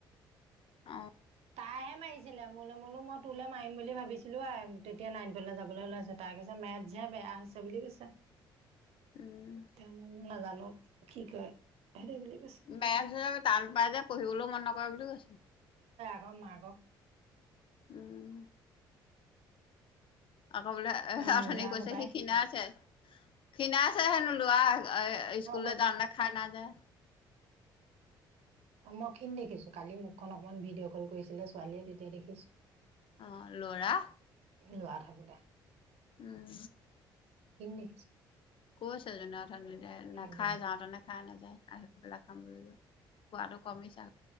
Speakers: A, on the left; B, on the right.
A: অ
B: তাহে মাৰিছে। ছিলে মোল মোলো মই তোলৈ মাৰিম বুলি ভাবিছিলো আৰু তেতিয়া নাইনটলৈ যাবলৈ ওলাই আছ তাৰ কৈছে মেট যে বেয়া হৈছে বুলি কৈছে।
A: উম
B: তেওঁ মোক নাজো। অ কি কয়। হেৰি বুলি কৈছে
A: বেয়া আছে টান পাই যে পঢ়িবলৈও মন নকৰে বুলি কৈছে।
B: আ মাক।
A: উম। আকৌ বোলে এ
B: উম
A: আথনি
B: জানো
A: কৈছে
B: পাই
A: সেইখিনা ছে। খিণ ছে হেনো লোৱা।
B: মই
A: স্কুললৈ
B: অকমান
A: যান না খাই ন। লা।
B: অ মই খিন দেখিছো কালি মোক। অকমান অকমান ভিডিঅ' কল কৰিছিলে ছোৱালীয়ে তেতিয়া দেখিছোঁ।
A: অহ ল'ৰা।
B: লোৱা থাকো দে।
A: উম
B: দেখিছো
A: কৈছে যে দুইটাই
B: সেইবোৰ
A: নাখাই যাওঁতেও খাই নাযায় আহি পেলাই খাম বুলি। খোৱাটো কমিছে।